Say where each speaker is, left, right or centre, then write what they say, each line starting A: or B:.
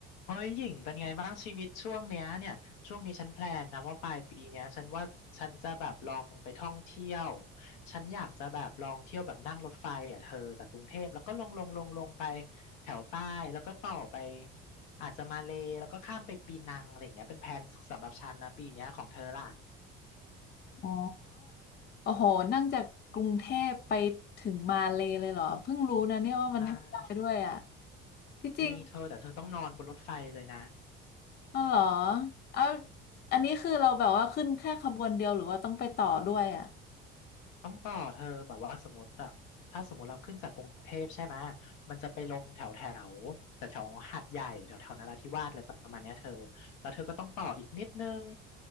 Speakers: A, on the left; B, on the left.
A: เฮ้ยหญิงเป็นไงบ้างชีวิตช่วงเนี้ยเนี่ยช่วงนี้ฉันแพลนนะว่าปลายปีเนี้ยฉันว่าฉันจะแบบลองไปท่องเที่ยวฉันอยากจะแบบลองเที่ยวแบบนั่งรถไฟอ่ะเธอจากกรุงเทพแล้วก็ลงลงลงลงไปแถวใต้แล้วก็ต่อไปอาจจะมาเลย์แล้วก็ข้ามไปปีนังอะไรอย่างเงี้ยเป็นแพลนสำหรับฉันนะปีเนี้ยของเธอล่ะ
B: อ๋อโอ้โหนั่งจากกรุงเทพไปถึงมาเลยเลยเหรอเพิ่งรู้นะเนี่ยว่ามันทำได้ด้วยอ่ะ
A: ใช่
B: ที่จริง
A: มีเธอแต่เธอต้องนอนบนรถไฟเลยนะ
B: อ๋อเหรอเอาอันนี้คือเราแบบว่าขึ้นแค่ขบวนเดียวหรือว่าต้องไปต่อด้วยอ่ะ
A: ต้องต่อเธอแบบว่าสมมติแบบถ้าสมมติเราขึ้นจากกรุงเทพใช่ไหมยมันจะไปลงแถวแถวแต่แถวๆหาดใหญ่แถวแถวนราธิวาสอะไรประมาณเนี้ยเธอแล้วเธอก็ต้องต่ออีกนิดนึง